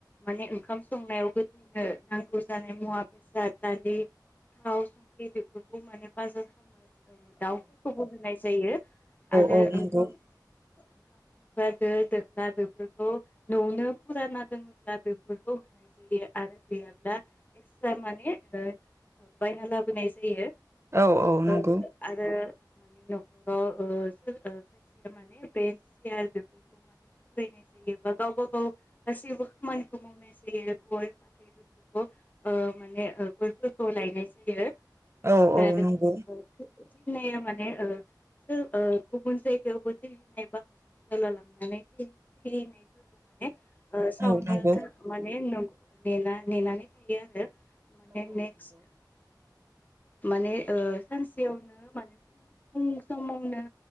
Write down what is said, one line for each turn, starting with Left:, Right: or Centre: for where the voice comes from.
Left: माने ओंखाम संनायाव गोथैनो नांगौ जानाय मुवा बेसाद दालि थाव संख्रि बेफोर खौ माने बाजार खामो । औ दाउफोरखौबो होनाय जायो आरो
Right: औ
Left: ओ
Right: नंगौ
Left: ओंखाम संग्रा दो दोख्ला बेफोरखौ न'आवनो फुराना दङोब्ला बेफोरखौ होनाय जायो आरो गैयाब्ला एक्सट्रा माने ओ बायना लाबोनाय जायो । आरो
Right: औ औ नंगौ
Left: ओ आरो माने नखराव ओ सोर खायसेया माने बेन्स सियार बेफोरखौ माने थुफ्लायनाय जायो बा गावबा गाव गासैबो खामानिखौ मावनाय जायो गय फाथै बेफोरखौ ओ माने ओ गयफोरखौ लायनाय जायो। <inaudible>
Right: औ औ
Left: आरो
Right: नंगौ ।
Left: थैनाया माने ओ सो ओ गुबुन जायगायावबो थैहैनाय बा हस्पिटालाव लांनानै थैहै थैहैनाय खौ माने ओ
Right: औ
Left: सावनो
Right: नंगौ
Left: था माने नं नेना नेनानै थायो आरो । माने नेक्स्ट माने ओ सानसेयावनो माने फुं फुं समावनो